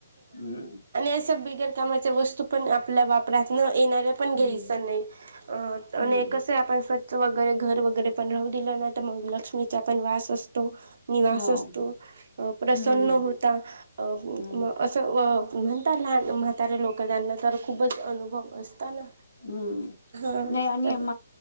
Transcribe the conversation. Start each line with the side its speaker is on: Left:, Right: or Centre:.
Left: हम्
Right: संभिगता गोष्ट म्हणजे आपल्या बाब घरातून येणार्या पण घ्यायच
Left: हम्म
Right: नाही
Left: हम्म
Right: कस आपण स्वच्छ वगैरे घर वगैरे वगैरे पण राहू दिलं ना, तर मग लक्ष्मीचा पण वास असतो. निवास
Left: हो
Right: असतो प्रसन्न
Left: हम्म
Right: होता अ
Left: हम्म
Right: म असं व म्हणतात लहान म्हातारे लोक त्यांना तर खूपच अनुभव असताना
Left: हम्म
Right: हा
Left: नाही आणि
Right: तर